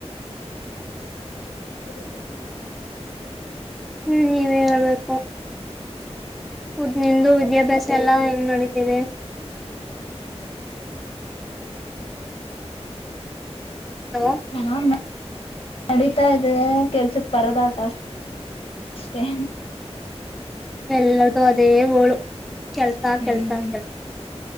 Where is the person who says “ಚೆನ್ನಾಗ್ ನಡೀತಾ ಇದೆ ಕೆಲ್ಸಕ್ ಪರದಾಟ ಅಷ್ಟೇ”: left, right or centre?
Left